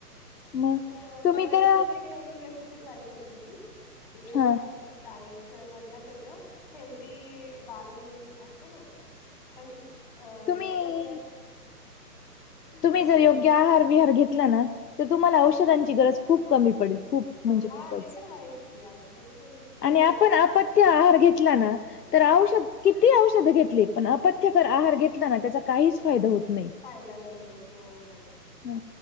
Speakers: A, on the left; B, on the left.
A: मग
B: तं
A: तुम्ही
B: परवा
A: तर
B: दिशीच एक नवीन रेसिपी ट्राय केली त मी ते नाही
A: हा
B: का डाएट मधलाच येतो हेल्दी बार म्हणून असतो ना पण अ
A: तुम्ही
B: त्याच्यात काय
A: तुम्ही
B: हा बोला
A: जर योग्य आहार विहार घला ना तर तुम्हाला
B: हा
A: औषधांची गरज खूप कमी पडेल खूप म्हणजे
B: हा
A: खूपच
B: ते तर आहेच की औषधाचा काय विष नाहीच
A: आणि आपण आप्य आहार घेतला ना तर औषध किती औषध घेतली पण ्य आार घेतलाना त्याचा काहीच फायदा होत नाही
B: फायदा नाही होत हो हो
A: ह